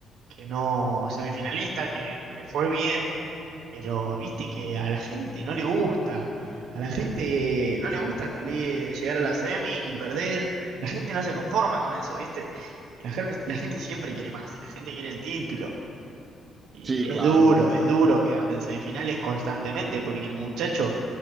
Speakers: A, on the right (about 75°); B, on the right (about 35°).
A: que no semifinalista, que le fue bien, pero viste que a la gente no le gusta. A la gente no le gusta salir, llegar a la semi y perder. La gente no se conforma con eso, ¿viste? La, germ- la gente siempre quiere más, la gente quiere el título. Y
B: Sí, claro,
A: es duro,
B: o sea,
A: es duro quedarte en semifinales constantemente porque el muchacho